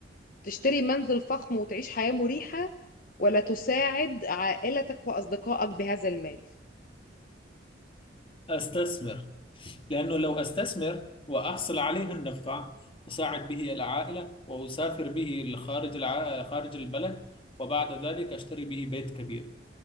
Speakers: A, on the left; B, on the left.
A: تشتري منزل فخم وتعيش حياة مريحة ولا تساعد عائلتك وأصدقائك بهذا المال
B: أستثمر لأنه لو أستثمر وأحصل عليه النفع أساعد به العائلة وأسافر به لخارج الع... خارج البلد وبعد ذلك أشتري به بيت كبير